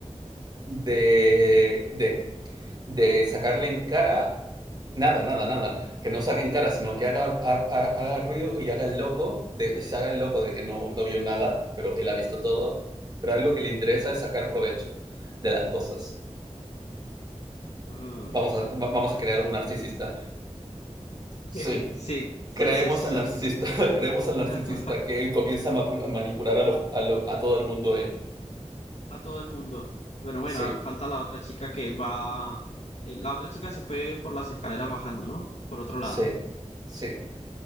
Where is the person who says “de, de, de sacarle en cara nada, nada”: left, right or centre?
Right